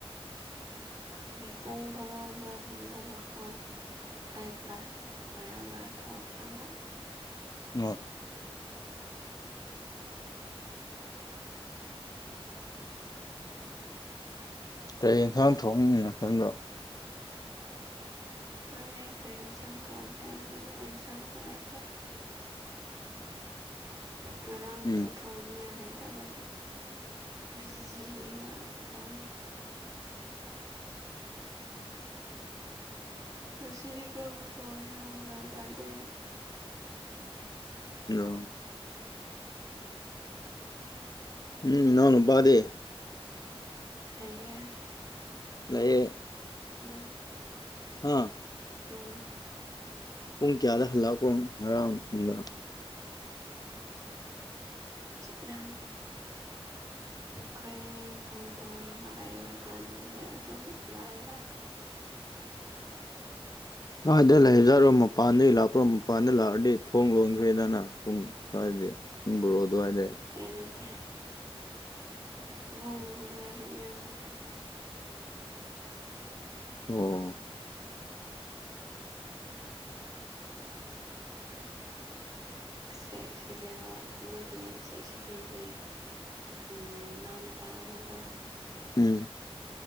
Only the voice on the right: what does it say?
ꯈꯪꯖꯤꯦ ꯄꯨꯡ ꯕꯥꯔꯣ ꯑꯗꯨꯋꯥꯏꯒꯨꯝꯕꯗ ꯂꯥꯛꯑꯣ ꯑꯩ ꯀ꯭ꯂꯥꯁ ꯂꯣꯏꯔꯒ ꯊꯣꯛꯑ ꯀꯥꯟꯗ
ꯎ
ꯈꯪꯗꯦ ꯀꯩ ꯌꯦꯟꯁꯥꯡ ꯊꯣꯡꯁꯤꯔꯪꯗꯦ ꯌꯦꯟꯁꯥꯡꯁꯨ ꯂꯩꯇꯦ ꯃꯔꯔꯥꯡꯁꯨꯗ
ꯊꯣꯡꯅꯤꯉꯥꯏ ꯂꯩꯇꯕꯒꯤ ꯕꯤꯖꯤ ꯉꯥꯛꯇ ꯊꯣꯡ ꯑꯁꯤꯗꯤ ꯀꯔꯕꯨ ꯇꯣꯡꯔꯝꯒ꯭ꯌꯥꯟ ꯇꯥꯗꯦ
ꯍꯥꯏꯩꯅ
ꯎꯝ
ꯎꯝ
ꯅꯪ ꯈꯣꯏꯅꯤꯡꯈꯣ ꯇꯧꯔꯒ ꯂꯩꯕ ꯀꯥꯟꯗꯗ ꯑꯗꯨꯝ ꯂꯥꯏꯔ
ꯗꯦ ꯅꯠꯇꯦ ꯕꯨꯔꯝ ꯌꯨꯝꯗꯂꯥꯏꯕꯒꯅ
<inaudible> ꯦꯛ ꯁꯤꯖꯨ ꯑꯃꯒꯤꯦꯛ ꯁꯤꯖꯨꯒꯤ ꯎ ꯅꯅꯥꯎ ꯅꯨꯄꯥ ꯑꯃꯃꯗ